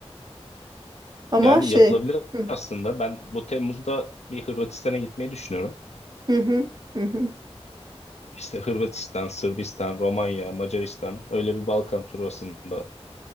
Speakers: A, on the right; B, on the left.
A: Ama
B: Yani
A: şey
B: yapılabilir
A: hı
B: aslında. Ben bu Temmuz'da bir Hırvatistan'a gitmeyi düşünüyorum.
A: hı hı. hı hı.
B: İşte Hırvatistan, Sırbistan, Romanya, Macaristan öyle bir Balkan turu aslında